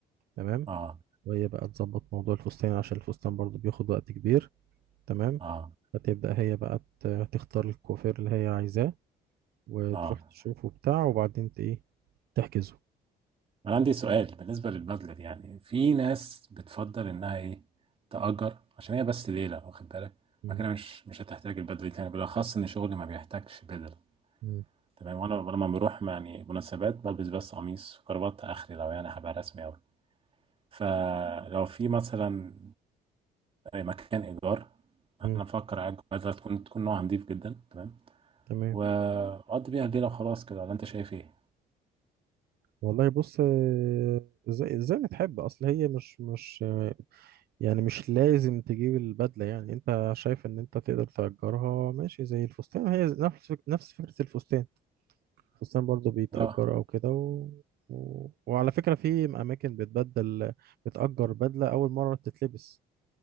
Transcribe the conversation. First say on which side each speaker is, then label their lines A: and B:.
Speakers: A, on the right; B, on the right.
A: تمام
B: اه
A: وهي بقى تظبط موضوع الفستان عشان الفستان برضو بياخد وقت كبير تمام
B: اه
A: فتبدا هي بقى ت- تختار الكوافير اللي هي عايزاه وتروح
B: اه
A: تشوفه بتاع وبعدين ت- ايه تحجزه
B: انا عندي سؤال بالنسبه للبدله دي يعني في ناس بتفضل انها ايه تأجر عشان هي بس ليله واخد بالك
A: مم.
B: ما كده مش مش هتحتاج البدله دي تاني بالاخص ان شغلي ما بيحتاجش بدل
A: مم.
B: تمام وانا لما بروح يعني مناسبات بلبس بس قميص وكرافات اخري لو يعني هبقى رسمي اوي فلو في مثلا مكان ايجار
A: مم.
B: انا بفكر اجر بدله تكون تكون نوعها نضيف جدا تمام
A: تمام
B: واقضي بيها الليله وخلاص كده ولا انت شايف ايه؟
A: والله بص آه، زي زي ما تحب اصل هي مش مش آه، يعني مش لازم تجيب البدله يعني انت شايف ان انت تقدر تأجرها ماشي زي الفستان هي نفس فك- نفس فكره الفستان الفستان برضو بيتأجر
B: لا
A: او كده و... و... وعلى فكره في اماكن بتبدل بتأجر بدله اول مره بتتلبس